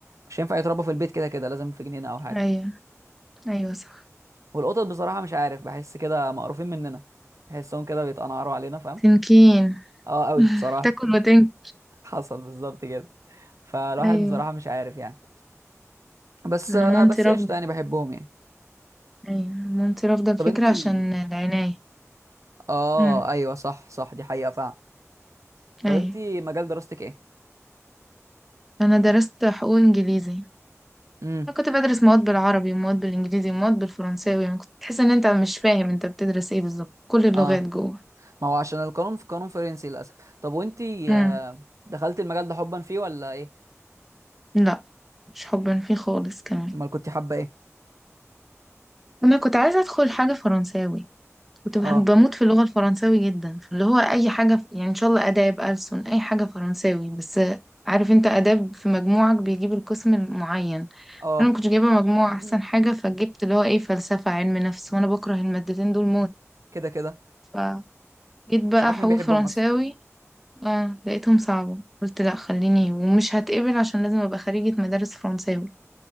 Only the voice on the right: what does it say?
مش هينفع يتربى في البيت كده كده لازم في جنينه او حاجه
والقطط بصراحه مش عارف بحس كده مقروفين مننا بحسهم كده بيتقنعروا علينا فاهم
اه قوي
بصراحه
<laughs> حصل بالظبط كده فالواحد
بصراحه مش عارف يعني بس
آه،
بس
قشطه يعني بحبهم يعني
طب انتي
اه
ايوه صح صح دي حقيقة فعلا طب
انت مجال دراستك ايه؟
امم
اه
ما هو عشان القانون في قانون فرنسي للاسف طب وانت
آه، دخلت المجال ده حبا فيه ولا ايه؟
امال كنت حابة ايه؟
اه
اه
<clears throat>
كده كده
مش عارف
مين بيحبهم
اصلا